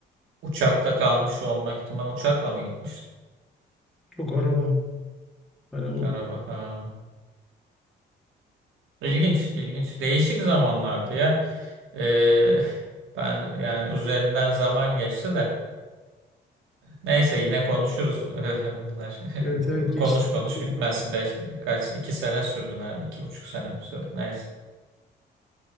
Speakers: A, on the right; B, in the centre.
A: uçakta kalmış olma ihtimali uçakla mı gitmiş
B: Yok araba. Hani o
A: araba ha. İlginç, ilginç. Değişik zamanlardı ya. Ee, <laughs> ben yani üzerinden zaman geçti de. Neyse yine konuşuruz <laughs> bunlar.
B: evet
A: <laughs>
B: evet geçti
A: Konuş
B: gitti
A: konuş
B: ya.
A: bitmez. Beş, kaç, iki sene sürdü nerede? İki buçuk sene mi sürdü? Neyse.